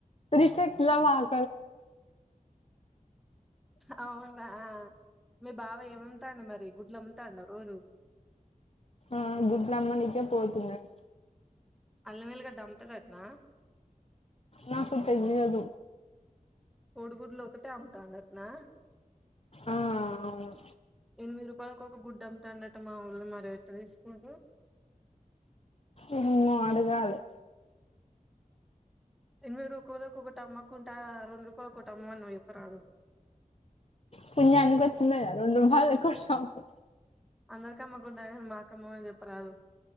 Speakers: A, on the left; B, in the centre.
A: రిషక్లా మాల
B: ఆ అవునా మీ బావ ఏమమ్ముతండు మరి గుడ్లు అమ్ముతాండ రోజు
A: ఆ గుడ్లమ్మనికే పోతున్నడు
B: అల్లమెల్లిగడ్డ అమ్ముతాడటనా
A: నాకు తెలియదు
B: కోడిగుడ్లు ఒకటే అమ్తాండట నా
A: ఆ అవును
B: ఎనిమిది రూపాయలకు ఒక గుడ్డ డట మా ఊళ్ళో మరి ఎట తీసుకుంటరు
A: ఎమ్మో అడగాలే
B: ఎనమిది రూపాయలకొకటి అమ్మకుంటా రెండు రూపాయలు ఒకటి అమ్మమని నువ్ చెప్ప రాదు
A: పుణ్యానికి వచ్చింది కదా రెండు రూపాయలు ఎక్కువ షాపు
B: అందరికమాకుంటమాయే గని మా కమ్మమని చెప్పరాదు